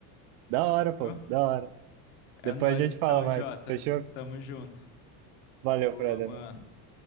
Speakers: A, on the right; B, on the left.
A: Da hora,
B: Morou?
A: pô, da hora.
B: É
A: Depois
B: nóis
A: a gente
B: então,
A: fala mais.
B: Jota.
A: Fechou?
B: Tamo junto.
A: Valeu,
B: Boa,
A: Freda.
B: mano.